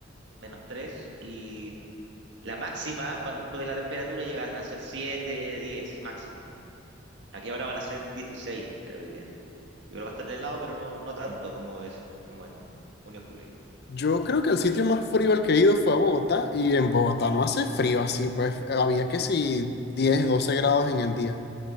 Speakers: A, on the right; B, on the left.
A: menos tres y la máxima, cuando sube la temperatura, llegan a ser 7 10 máximo. Aquí ahora van a ser dieciséis creo hoy día. Igual va a estar de helado, pero no, no tanto como es como en junio, julio.
B: Yo creo que el sitio más frío al que he ido fue a Bogotá y en Bogotá no hace frío así, pues había que si 10 12 grados en el día.